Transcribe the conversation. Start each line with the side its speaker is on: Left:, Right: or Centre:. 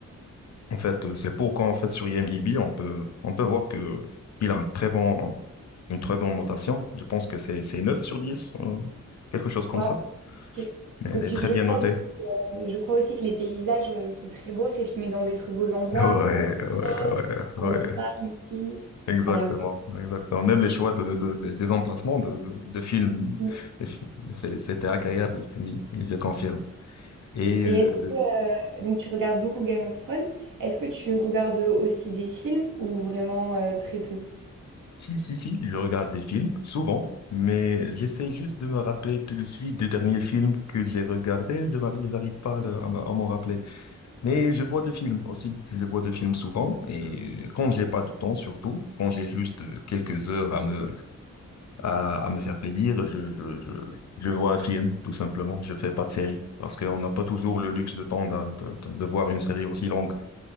Left: en fait, euh, c'est pourquoi, en fait, sur IMDb, on peut, on peut voir que, qu'il a un très bon, une très bonne notation. Je pense que c'est, c'est 9 sur 10 euh, quelque chose comme
Right: Waouh,
Left: ça.
Right: ok.
Left: Mais elle
Right: Et puis,
Left: est très
Right: je
Left: bien
Right: crois
Left: notée.
Right: aussi,
Left: <laughs>
Right: je crois aussi que les paysages, euh, c'est très beau. C'est filmé dans des très beaux endroits,
Left: Ouais,
Right: soit
Left: ouais,
Right: en Europe,
Left: ouais, ouais.
Right: en Espagne aussi.
Left: Exactement,
Right: Enfin, il y a
Left: exactement. Même les choix de, de- de- de- des emplacements de, de, de films,
Right: beaucoup.
Left: les films, c'est- c'était agréable, oui, je confirme. Et
Right: Et
Left: euh,
Right: est-ce que, euh, donc, tu regardes beaucoup Game of Thrones. Est-ce que tu regardes aussi des films ou vraiment euh, très peu?
Left: Si, si, si, je regarde des films, souvent, mais j'essaie juste de me rappeler tout de suite des derniers films que j'ai regardés. Je m'arri- j'arrive pas à le- à m'en à m'en rappeler. Mais je vois des films aussi. Je vois des films souvent. Et quand j'ai pas de temps, surtout, quand j'ai juste euh, quelques heures à me, à, à me faire plaisir, je, je, je, je vois un film, tout simplement. Je fais pas de série. Parce qu'on n'a pas toujours le luxe de temps d'un- de, de de voir une série aussi longue.